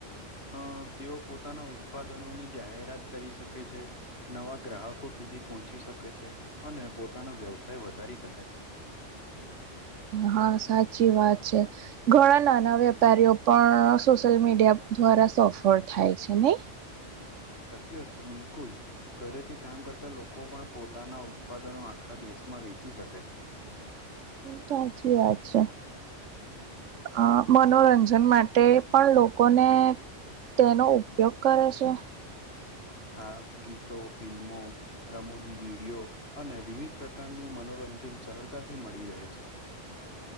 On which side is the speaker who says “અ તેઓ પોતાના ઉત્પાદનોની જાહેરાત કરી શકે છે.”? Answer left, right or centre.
Left